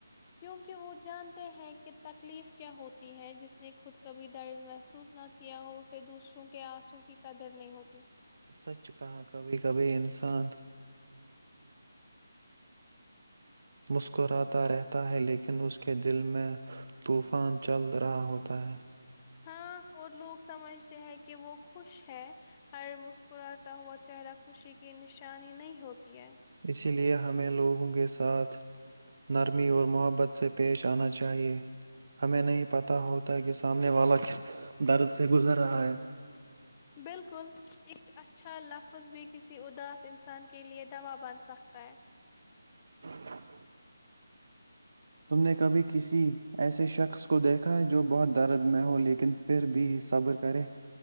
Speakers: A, on the left (about 20°); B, on the right (about 55°).
A: کیونکہ وہ جانتے ہیں کہ تکلیف کیا ہوتی ہے جس نے خود کبھی درد محسوس نہ کیا ہو اسے دوسروں کے آنسوں کی قدر نہیں ہوتی
B: سچ کہا کبھی کبھی انسان مسکراتا رہتا ہے لیکن اس کے دل میں طوفان چل رہا ہوتا ہے
A: <inaudible>
B: اسی لے ہمیں لوگوں کے ساتھ نرمی اور محبت سے پیش آنا چاہیئے ہمیں نہیں پتہ ہوتا کہ سامنے والا کس درد سے گزر رہا ہے
A: بالکل ایک اچھا لفظ بھی کسی اداس انسان کے لئے دوا بن سکتا ہے
B: <inaudible> تم نے کبھی کسی ایسے شخص کو دیکھا ہے جو بہت دارد میں ہو لیکن پھر بھی صبر کرے